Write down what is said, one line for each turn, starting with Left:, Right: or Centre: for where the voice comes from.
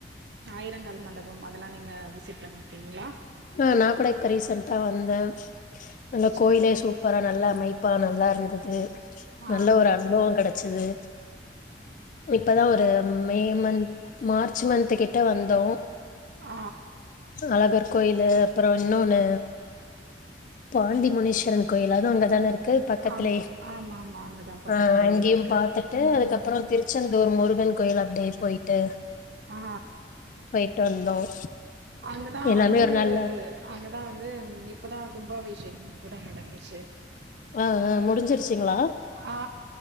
Right: ஆயிரங்கால் மண்டபம் அதெல்லா நீங்க விசிட் பண்ணிருக்கீங்களா
Left: ஆ நா கூட இப்ப ரீசன்டா வந்தே நல்ல
Right: சேரி
Left: கோயிலே சூப் பெறவ் நல்லா அமைப்பா நல்லா இருந்தது
Right: ஆ
Left: நல்ல ஒரு அனுபவம் கெடைச்சது இப்பதா ஒரு மே மந்த் மார்ச் மந்த் கிட்ட வந்தோ
Right: ஆ
Left: அழகர் கோயிலு அப்பறோ இன்னொன்னு பாண்டி முனிஸ்வரன் கோயில் அதுவூ அங்கதான இருக்கு பக்கத்துலே
Right: ஆமா ஆமா ஆமா அங்கதா பக்கத்துலயே
Left: ஆ அங்கேயும்
Right: இருக்கு
Left: பாத்துட்டு
Right: ம்
Left: அதுக்கப்பறம் திரு ச்செந்தூர் முருகன் கோயில் அப்டே போயிட்டு
Right: ஆ
Left: போயிட்டு வந்தோம்
Right: அங்கதா
Left: எல்லாமே
Right: வந்து
Left: ஒரு நாள்ல
Right: அங்கதா வந்து இப்பதா கும்பாபிஷேகம் கூட நடந்துச்சு
Left: ஆ ஆ முடிஞ்சிருச்சிங்களா
Right: அ ஆ